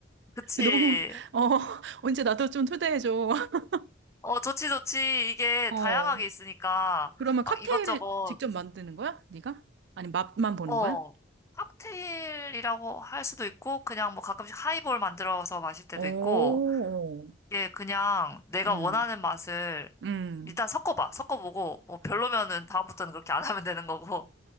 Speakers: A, on the left; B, on the right.
A: 그치.
B: 그 너무, <laughs> 어, 언제 나도 좀 초대해줘. <laughs>
A: 어, 좋지, 좋지. 이게
B: 어,
A: 다양하게 있으니까
B: 그러면 칵테일을
A: 막 이것저것,
B: 직접 만드는 거야? 네가? 아니, 맛만 보는
A: 어,
B: 거야?
A: 칵테일이라고 할 수도 있고, 그냥 뭐 가끔씩 하이볼 만들어서 마실 때도
B: 오,
A: 있고, 이게 그냥 내가
B: 음,
A: 원하는 맛을
B: 음.
A: 일단 섞어봐. 섞어보고, 뭐 별로면은 다음부터는 그렇게 안 하면 되는 거고.